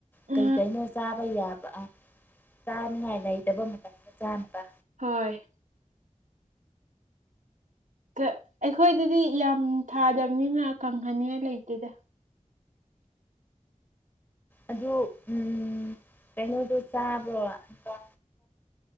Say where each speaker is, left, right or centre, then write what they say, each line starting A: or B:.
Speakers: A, on the left; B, on the right.
A: ꯀꯔꯤ
B: ꯑ
A: ꯀꯩꯅꯣ ꯆꯥꯕ ꯌꯥꯕ ꯑ ꯆꯥꯅꯤꯡꯉꯥꯏ ꯂꯩꯇꯕ ꯃꯇꯝꯗ ꯆꯥꯅꯕ
B: ꯍꯣꯏ ꯑꯩꯈꯣꯏꯗꯗꯤ ꯌꯥꯝ ꯊꯥꯗꯕꯅꯤꯅ ꯀꯪꯍꯟꯅꯤꯡꯉꯥꯏ ꯂꯩꯇꯦꯗ
A: ꯑꯗꯨꯗ ꯎꯝ ꯀꯩꯅꯣ ꯑꯗꯨ ꯆꯕ ꯀ